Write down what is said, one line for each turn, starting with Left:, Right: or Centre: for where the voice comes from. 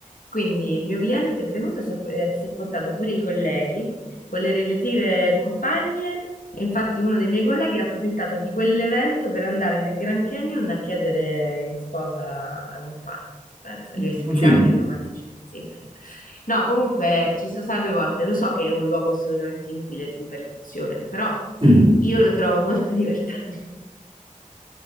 Left: quindi il mio cliente è venuto e si è, eh, si è portato pure i colleghi con le relative compagne e infatti uno dei miei colleghi ha approfittato di quell'evento per andare nel Grand Canyon a chiedere in sposa la compagna. Pensa, li ho ispirati
Right: è un film.
Left: ai romantici. Sì, infine. No, comunque ci sono stata due volte, lo so che è un luogo assolutamente inutile e di perdizione, però
Right: Mm,
Left: io lo trovo molto divertente. <laughs>